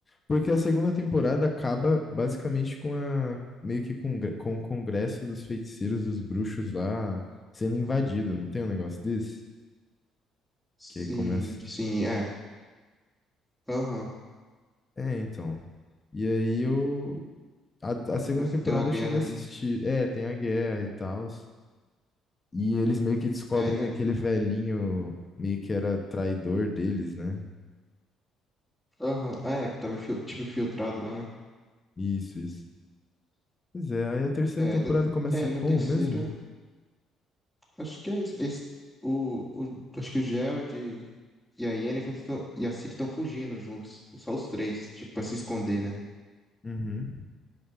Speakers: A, on the left; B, in the centre.
A: Porque a segunda temporada acaba basicamente com a meio que com, gre- com o congresso dos feiticeiros, dos bruxos lá sendo invadido, não tem um negócio desse?
B: Sim,
A: Que aí começa.
B: sim, é. Aham.
A: É, então. E aí eu a, a segunda
B: Começa
A: temporada
B: a ter uma guerra
A: eu cheguei
B: ali.
A: a assistir. É, tem a guerra e tal. E eles meio que descobrem
B: É, né?
A: que aquele velhinho meio que era traidor deles, né?
B: Aham. É, que tava infil- tipo infiltrado lá, né?
A: Isso, isso. Pois é, aí a terceira
B: É,
A: temporada
B: na,
A: começa
B: é,
A: como
B: na terceira.
A: mesmo?
B: Acho que é isso. Esse- o, o- acho que o Gerald e a Yennefer tão- e a Ciri estão fugindo juntos. Só os três, tipo, pra se esconder, né?
A: Uhum.